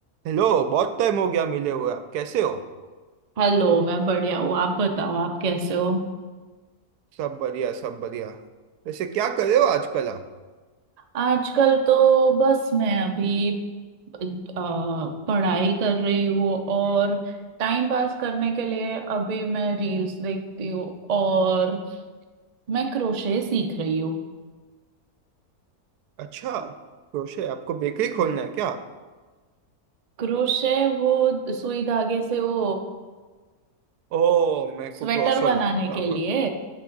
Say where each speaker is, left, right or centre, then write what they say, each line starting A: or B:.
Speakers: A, on the right; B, on the right.
A: Hello बहुत time हो गया मिले हुए आप कैसे हो
B: Hello मैं बढ़िया हूँ आप बताओ आप कैसे हो
A: सब बढ़िया सब बढ़िया वैसे क्या कर रहे हो आजकल आप
B: आजकल तो बस मैं अभी अ, पढ़ाई कर रही हूँ और टाइम पास करने के लिए अभी मैं रील्स देखती हूँ और मैं क्रोशे सीख रही हूँ
A: अच्छा क्रोशे आपको बेकरी खोलना है क्या
B: क्रोशे वो सुई धागे से वो
A: ओ मेरे को
B: स्वेटर
A: क्रोशो
B: बनाने
A: लगा
B: के लिए